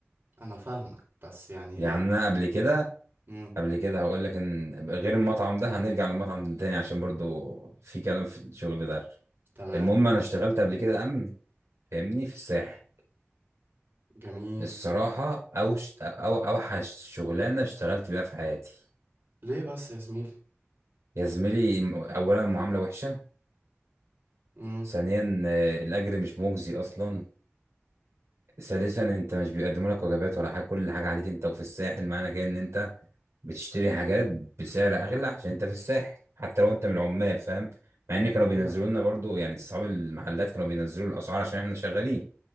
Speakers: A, on the right; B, on the right.
A: انا فاهمك بس يعني
B: يعني
A: هي دي
B: أنا قبل كده
A: امم
B: قبل كده هقول لك إن غير المطعم ده هنرجع للمطعم ده تاني عشان برضو في كلام في الشغل ده
A: تمام
B: المهم أنا اشتغلت قبل كده أمن فاهمني في الساحل
A: جميل
B: الصراحة أوش أو أوحش شغلانة اشتغلت بيها في حياتي
A: ليه بس يا زميلي
B: يا زميلي م- أولا المعاملة وحشة
A: امم
B: ثانيا آه، الأجر مش مجزي أصلا ثالثا أنت مش بيقدموا لك وجبات ولا حاجة كل حاجة عليك أنت وفي الساحل معنى كده إن أنت بتشتري حاجات بسعر أغلى عشان أنت في الساحل حتى لو أنت من العمال فاهم مع إن كانوا
A: طبيعي
B: بينزلوا لنا برضو يعني أصحاب المحلات كانوا بينزلوا الأسعار عشان إحنا شغالين